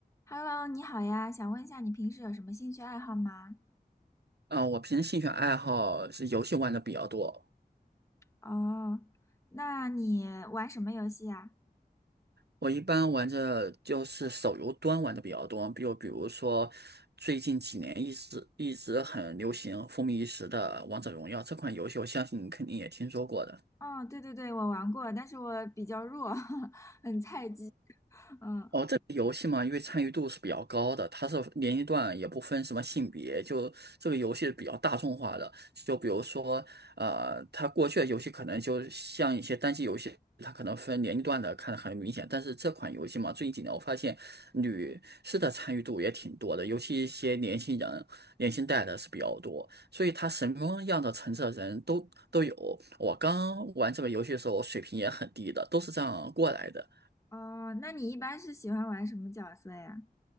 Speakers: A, on the left; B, on the right.
A: Hello，你好呀，想问一下你平时有什么兴趣爱好吗？
B: 啊，呃我平时兴趣爱好是游戏玩的比较多。
A: 哦，那你玩什么游戏呀？
B: 我一般玩着就是手游端玩的比较多，比如比如说最近几年一直一直很流行、风靡一时的《王者荣耀》这款游戏，我相信你肯定也听说过的。
A: 哦，对对对，我玩过，但是我比较弱，<laughs> 很菜鸡。嗯，
B: 哦，这个游戏嘛，因为参与度是比较高的，它是年龄段也不分什么性别，就这个游戏是比较大众化的。就比如说，呃，它过去的游戏可能就像一些单机游戏，它可能分年龄段的看得很明显。但是这款游戏嘛，最近几年我发现女士的参与度也挺多的，尤其一些年轻人、年轻代的是比较多，所以它什么样的层次的人都都有。我刚玩这个游戏的时候，我水平也很低的，都是这样过来的。
A: 哦，那你一般是喜欢玩什么角色呀？